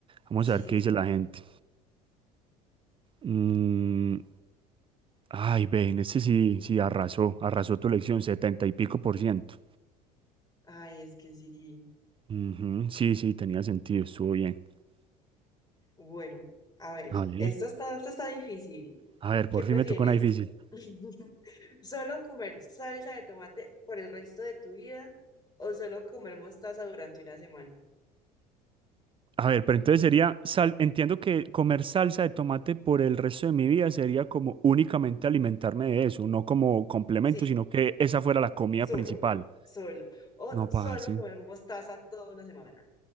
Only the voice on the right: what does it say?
Vamos
a ver
qué dice
la gente. Mm, ay, ven, este sí, sí arrasó, arrasó tu elección, 70 y pico por ciento.
Ujú, sí, sí, tenía sentido, estuvo bien.
A ver,
a ver, por
fin me tocó una difícil.
A ver, pero entonces sería, sal, entiendo que comer salsa de tomate por el resto de mi vida sería como únicamente alimentarme de eso, no como complemento,
sino que esa fuera la comida
principal.
No, parce.